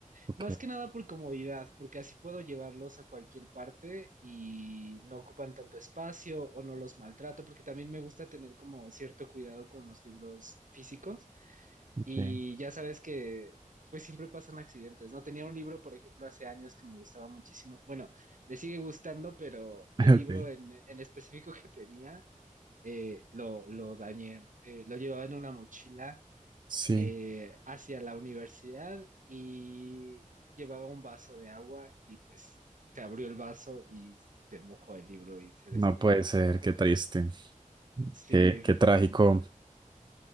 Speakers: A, on the right (about 35°); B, on the right (about 70°).
A: Ok,
B: más que nada por comodidad, porque así puedo llevarlos a cualquier parte y no ocupan tanto espacio o no los maltrato, porque también me gusta tener como cierto cuidado con los libros físicos
A: ok.
B: y ya sabes que pues siempre pasan accidentes, ¿no? Tenía un libro, por ejemplo, hace años que me gustaba muchísimo, bueno, me sigue gustando, pero
A: <laughs>
B: el
A: Ok.
B: libro en, en específico que tenía eh, lo, lo dañé. Eh, lo llevaba en una mochila
A: Sí,
B: eh, hacia la universidad y llevaba un vaso de agua y pues se abrió el vaso y se mojó el libro y se destruyó
A: no puede
B: completamente.
A: ser, qué triste,
B: Sí,
A: qué, qué trágico.
B: bastante turbio.